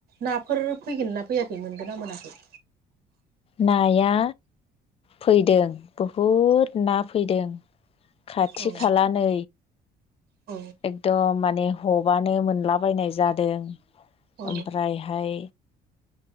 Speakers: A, on the right; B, on the left.
A: नाफोर फैदोंना फैयाखै मोनगोन ना मोनाखै?
B: नाया फैदों बहुद ना फैदों! खाथि
A: औ
B: खाला नै
A: औ
B: एकदम माने ह'बानो मोनलाबायनाय जादों।
A: औ
B: ओमफ्रायहाय,,